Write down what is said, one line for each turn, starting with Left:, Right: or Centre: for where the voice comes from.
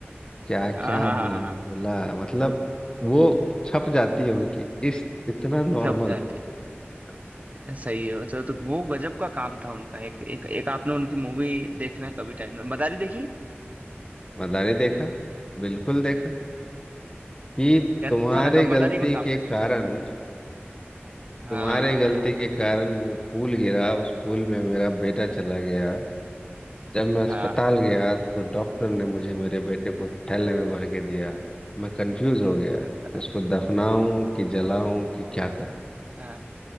Left: क्या
Right: हाँ
Left: क्या
Right: हाँ हाँ
Left: नहीं
Right: हाँ
Left: बोला मतलब वो छप जाती है उनकी इस इतना नॉर्मल
Right: सब जाती
Left: हाँ,
Right: है सही है वैसे तो वो गजब का काम था उनका एक एक एक आपने उनकी मूवी देखना कभी टाइम ना मदारी देखी
Left: मदारी देखा बिल्कुल देखा कि
Right: कैसा
Left: तुम्हारे
Right: लगा
Left: गलती
Right: मदारी में काम
Left: के
Right: कैसा
Left: कारण
Right: लगा हाँ
Left: तुम्हारे गलती के कारण मैं पुल गिरा उस पुल में मेरा बेटा चला गया जब मैं अस्पताल
Right: हाँ
Left: गया तो डॉक्टर ने मुझे मेरे बेटे को थैले में भर के दिया मैं कंफ्यूज हो गया
Right: ब-
Left: कि उसको दफनाऊं कि जलाऊं कि क्या करूं
Right: हाँ